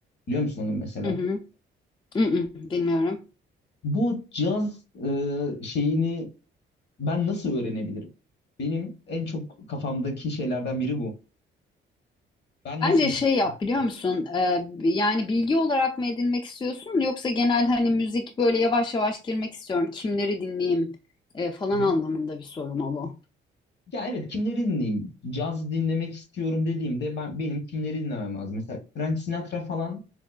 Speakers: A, on the left; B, on the left.
A: Biliyor musun onu mesela?
B: hı hı, hı hı, bilmiyorum.
A: Bu caz e, şeyini ben nasıl öğrenebilirim? Benim en çok kafamdaki şeylerden biri bu. Ben
B: Bence
A: nasıl
B: şey yap
A: caz
B: biliyor
A: dinleyeyim?
B: musun? Ee, yani bilgi olarak mı edinmek istiyorsun yoksa genel hani müzik böyle yavaş yavaş girmek istiyorum. Kimleri dinleyeyim e, falan
A: Hı hı.
B: anlamında bir soru mu bu?
A: Ya evet kimleri dinleyeyim? Caz dinlemek istiyorum dediğimde ben benim kimleri dinlemem lazım? Mesela Frank Sinatra falan